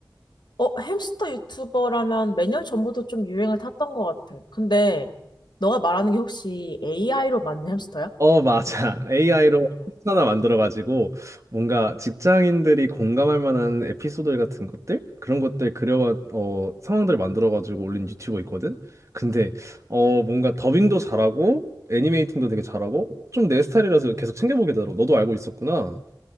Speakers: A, on the left; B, on the right.
A: 어, 햄스터 유튜버라면 몇 년 전부터 좀 유행을 탔던 것 같아. 근데 너가 말하는 게 혹시 AI로 만든 햄스터야?
B: 어, 맞아. <laughs> AI로 텍 하나 만들어가지고 뭔가 직장인들이 공감할 만한 에피소드 같은 것들? 그런 것들 그려, 어, 상황들 만들어가지고 올린 유튜버 있거든? 근데, 어, 뭔가 더빙도 잘하고 애니메이팅도 되게 잘하고 좀 내 스타일이라서 계속 챙겨보게 되더라고. 너도 알고 있었구나.